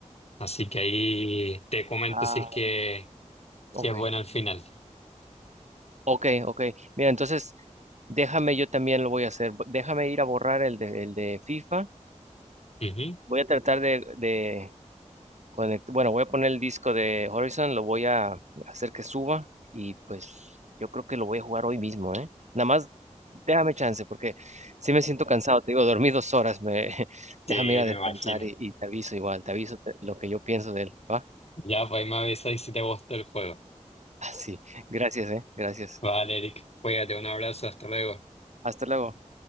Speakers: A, on the left; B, on the right.
A: así que ahí te comento
B: Ah,
A: si es que, si
B: ok.
A: es buena al final.
B: Ok, ok. Mira, entonces déjame, yo también lo voy a hacer. Bo- Déjame ir a borrar el de, el de FIFA.
A: Ujú.
B: Voy a tratar de, de conect- bueno, voy a poner el disco de Horizon, lo voy a hacer que suba y pues yo creo que lo voy a jugar hoy mismo, ¿eh? Nada más déjame chance porque sí me siento cansado, te digo, dormí dos horas, me <laughs> déjame
A: Sí,
B: ir a
A: me
B: descansar
A: imagino.
B: y, y te aviso igual, te aviso te- lo que yo pienso de él, ¿va?
A: Ya, pues ahí me avisáis si te gustó el juego.
B: <laughs> Así, gracias, ¿eh? Gracias.
A: Vale, Eric, cuídate, un abrazo, hasta luego.
B: Hasta luego.